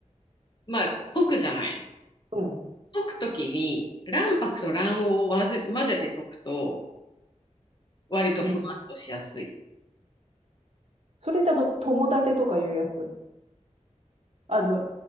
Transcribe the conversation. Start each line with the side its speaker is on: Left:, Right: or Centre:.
Left: まあ、溶くじゃない。
Right: うん、
Left: 溶くときに、卵白と卵黄を混ぜ、混ぜて溶くと、割とふわっとしやすい。
Right: うん。それだあの、友達とかいうやつ。あの、